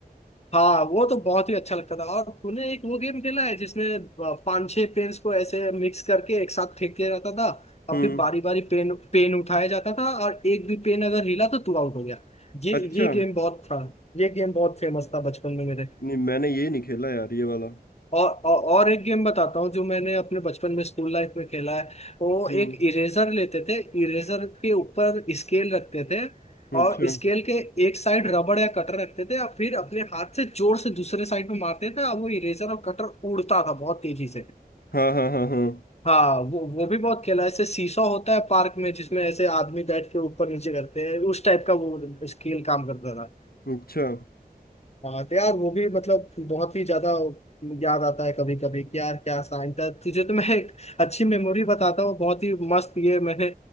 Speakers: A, on the left (about 40°); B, on the left (about 65°).
A: हाँ वो तो बहुत ही अच्छा लगता था और तूने एक वो गेम खेला है जिसमें अ, पांच छह पेन्स को ऐसे मिक्स करके एक साथ फेंक दिया जाता था और
B: हम्म
A: फिर बारी बारी पेन पेन उठाया जाता था और एक भी पेन अगर हिला तो तू आउट हो गया ये
B: अच्छा
A: ये गेम बहुत था ये गेम बहुत फेमस था बचपन में मेरे
B: नहीं मैंने ये नहीं खेला यार ये वाला
A: और और और एक गेम बताता हूँ जो मैंने अपने बचपन में स्कूल लाइफ में खेला है वो
B: हम्म
A: एक इरेजर लेते थे इरेजर के ऊपर स्केल रखते थे
B: अच्छा
A: और स्केल के एक साइड रबड़ या कटर रखते थे और फिर अपने हाथ से जोर से दूसरे साइड में मारते थे और वो इरेजर और कटर उड़ता था बहुत तेजी से
B: हाँ हाँ हाँ हाँ
A: हाँ वो वो भी बहुत खेला है। ऐसे सीसॉ होता है पार्क में जिसमें ऐसे आदमी बैठ के ऊपर नीचे करते हैं उस टाइप का वो स्केल काम करता था
B: अच्छा
A: हाँ तो यार वो भी मतलब बहुत ही ज्यादा याद आता है कभी कभी कि यार क्या साइन था तुझे तो मैं एक अच्छी मेमोरी बताता हूँ बहुत ही मस्त ये मैंने